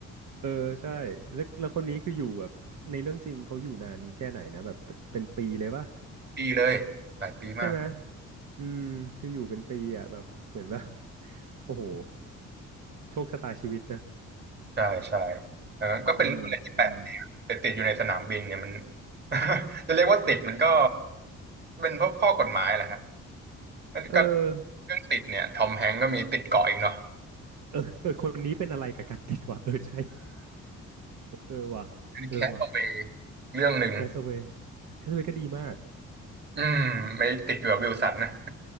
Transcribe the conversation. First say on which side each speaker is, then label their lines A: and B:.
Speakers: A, on the right; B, on the right.
A: เออใช่แล้วแล้วคนนี้คืออยู่แบบในเรื่องจริงเขาอยู่นานแค่ไหนนะแบบเป็นเป็นปีเลยป่ะ
B: ๆปีเลยหลายปีมาก
A: ใช่ไหมอืมคืออยู่เป็นปีอ่ะแบบเหมือนแบบ <laughs> โอ้โหโชคชะตาชีวิตนะ
B: ใช่ใช่เออก็เป็นอะไรที่แปลกดีนะแต่ติดอยู่ในสนามบินเนี่ยมัน
A: อืมอืม
B: <laughs> จะเรียกว่าติดมันก็เป็นเพราะข้อกฎหมายแหละฮะนั่นก็
A: เออ
B: เรื่องติดเนี่ยทอมแฮงก์ก็มีติดเกาะอีกเนาะ
A: เออเออคนนี้เป็นอะไรกับการติดวะเออใช่เออว่ะเออว่ะ
B: เป็นแคทเอาไปเรื่องหนึ่ง
A: แคสเวย์แคสเวย์ก็ดีมาก
B: อืมไม่ติดอยู่กับวิลสันนะ